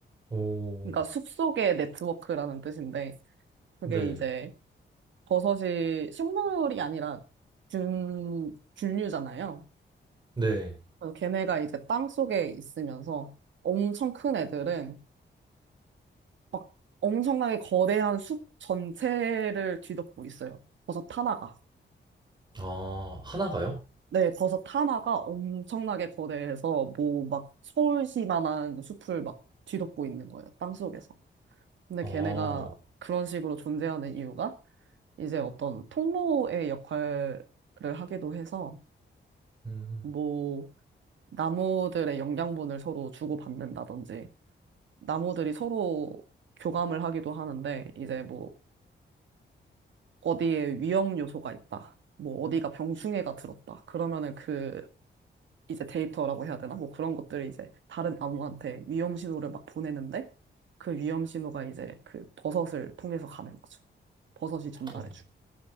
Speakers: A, on the right; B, on the right.
A: 오,
B: 그러니까 숲속의 네트워크라는 뜻인데, 그게
A: 네.
B: 이제 버섯이 식물이 아니라 균, 균류잖아요.
A: 네.
B: 그래서 걔네가 이제 땅 속에 있으면서 엄청 큰 애들은 막 엄청나게 거대한 숲 전체를 뒤덮고 있어요. 버섯 하나가.
A: 아, 하나가요?
B: 네, 버섯 하나가 엄청나게 거대해서 뭐 막 서울시만한 숲을 막 뒤덮고 있는 거예요. 땅속에서. 근데
A: 아,
B: 걔네가 그런 식으로 존재하는 이유가 이제 어떤 통로의 역할을 하기도 해서
A: 음,
B: 뭐 나무들의 영양분을 서로 주고받는다든지 나무들이 서로 교감을 하기도 하는데 이제 뭐 어디에 위험 요소가 있다. 뭐 어디가 병충해가 들었다. 그러면은 그 이제 데이터라고 해야 되나? 뭐 그런 것들을 이제 다른 나무한테 위험 신호를 막 보내는데 그 위험 신호가 이제 그 버섯을 통해서 가는 거죠. 버섯이 전달해주고.
A: 어,